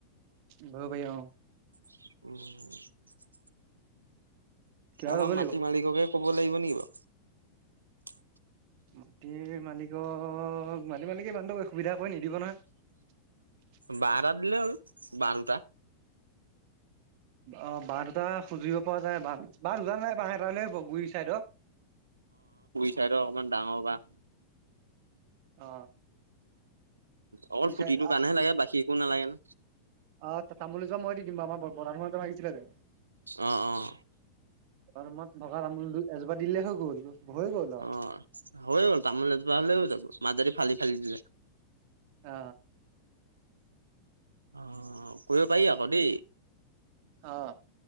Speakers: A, on the right; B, on the right.
A: লাগিব।
B: উম।
A: কিবা এটা
B: আমাৰ
A: কৰিব
B: মাটি
A: লাগিব
B: মালিককে কব লাগিব নেকি বাৰু?
A: মাটিৰ মালিকক মাটিৰ মালিকে ইমানটো সুবিধা কৰি নিদিব নহয়।
B: বাঁহ এটা দিলেই হ'ল বাঁহ দুটা।
A: অ বাঁহ দুটা সুজিব পৰা যায় বাঁহ দুটা নালাগে বাঁহ এটা দিলেই হ'ব গুৰি চাইদৰ।
B: হলেও অকমান ডাঙৰ বাঁহ।
A: অ
B: অকল
A: গুৰি
B: খুটিটোৰ
A: চাই
B: কাৰণেহে লাগে বাকী একো নালাগে ন
A: অ তামোল এজোপা মই দিম বাৰু আমাৰ বতাহত ভাগিছিলে যে।
B: অঁ অঁ!
A: ৰুমত ভগা তামোল এজোপা দিলেই হৈ গ'ল। হৈ গ'ল আৰু
B: অ হৈ গ'ল তামোল এজোপা হলেও হৈ যাব মাজদি ফালি ফালি দিলে
A: অ!
B: অ কৰিব পাৰি আকৌ দেই।
A: অ!